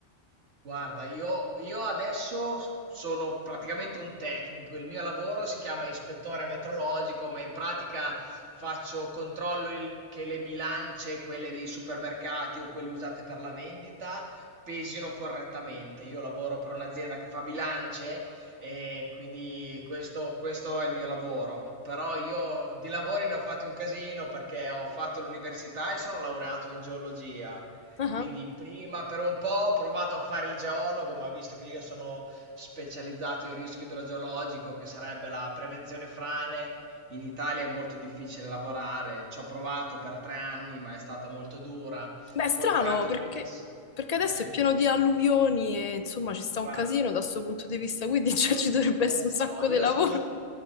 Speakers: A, on the right; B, on the left.
A: Guarda, io io adesso s sono praticamente un tecnico. Il mio lavoro si chiama ispettore metrologico, ma in pratica faccio controllo il che le bilance, quelle dei supermercati o quelle usate per la vendita, pesino correttamente. Io lavoro per un'azienda che fa bilance e quindi questo, questo è il mio lavoro. Però io di lavori ne ho fatti un casino perché ho fatto l'università e sono laureato in geologia.
B: Ah.
A: Quindi prima per un po' ho provato a fare il geologo, ma visto che io sono specializzato in rischio idrogeologico, che sarebbe la prevenzione frane, in Italia è molto difficile lavorare. Ci ho provato per tre anni, ma è stata molto dura.
B: Beh, è strano
A: Poi durante
B: perché,
A: l'università...
B: perché
A: <laughs>
B: adesso è pieno di alluvioni e insomma ci sta
A: Guarda,
B: un casino da questo punto di vista, quindi <laughs> cioè,
A: lo,
B: ci dovrebbe
A: lo
B: essere
A: so,
B: un sacco
A: io
B: di lavoro.
A: sono,